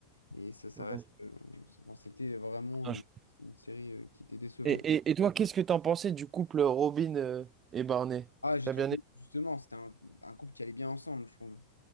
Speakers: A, on the left; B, on the right.
A: et ça, ça
B: Ouais.
A: reste. euh, enfin, c'était vraiment
B: non,
A: euh,
B: je-
A: une série euh, qui était décevante.
B: Et, et, et toi, qu'est-ce que t'en pensais du couple Robin euh, et Barney?
A: Ah, j'ai
B: T'as
A: trouvé,
B: bien aimé?
A: justement, c'était un, un couple qui allait bien ensemble, je trouve.